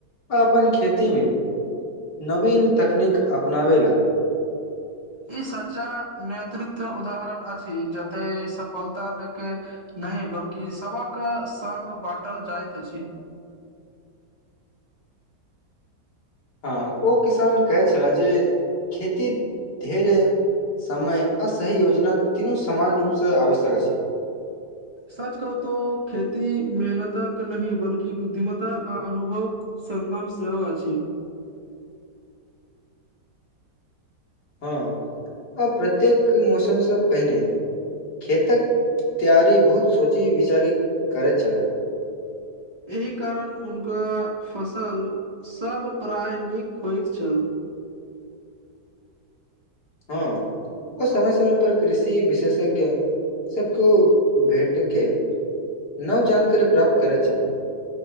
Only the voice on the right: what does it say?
ई सच्चा नेतृत्व उदाहरण अछि जते सफलता ले। के नहि बल्कि सबक सङग बाँटल जाइत अछि।
सच कह तो खेती मेहनतक नहि बल्ि बुद्धिमता आ अनुभव। सङगम सेहो अछि।
एहि कारण उनका फसल। सब प्राय नीक होइत छल।